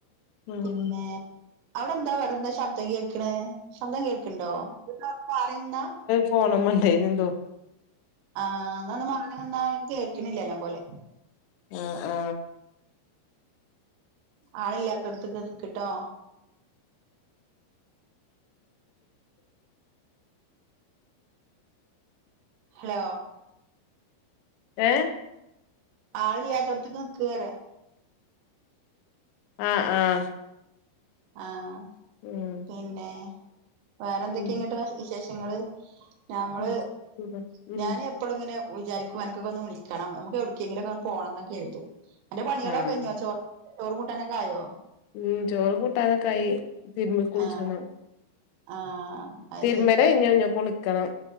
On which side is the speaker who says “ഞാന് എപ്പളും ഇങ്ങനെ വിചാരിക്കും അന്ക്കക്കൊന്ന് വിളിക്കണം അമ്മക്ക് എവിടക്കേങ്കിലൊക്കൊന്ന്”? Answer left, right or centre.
Right